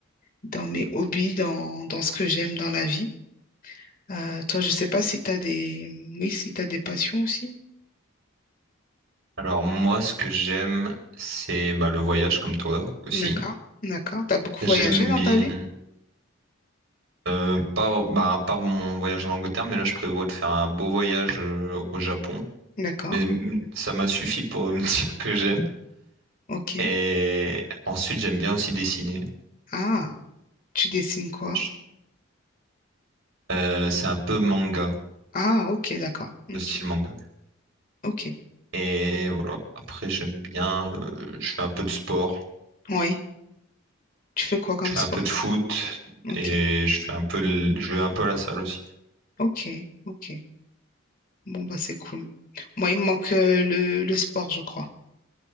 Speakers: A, on the left (about 40°); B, on the right (about 60°).
A: dans mes hobbies, dans, dans ce que j'aime dans la vie. Euh, toi, je sais pas si tu as des... Oui, si tu des passions aussi.
B: Alors moi, ce que j'aime, c'est bah, le voyage comme toi aussi.
A: D'accord, d'accord. Tu as beaucoup
B: J'aime
A: voyagé dans
B: bien,
A: ta vie?
B: euh, pas, bah, à part mon voyage en Angleterre, mais là, je prévois de faire un beau voyage euh, au Japon.
A: D'accord,
B: Mais mm, ça m'a suffi pour <laughs> me dire que j'aime.
A: ok.
B: Et ensuite, j'aime bien aussi dessiner.
A: Ah, tu dessines quoi?
B: Je- euh, c'est un peu manga,
A: Ah, ok, d'accord, ok,
B: le style manga.
A: ok.
B: Et voilà, après, j'aime bien, euh, je fais un peu de sport,
A: Oui. Tu fais quoi comme
B: je fais
A: sport?
B: un peu de foot
A: Ok,
B: et je fais un peu, le- je vais un peu à la salle aussi.
A: ok, ok. Bon, bah c'est cool. Moi, il me manque euh, le, le sport, je crois.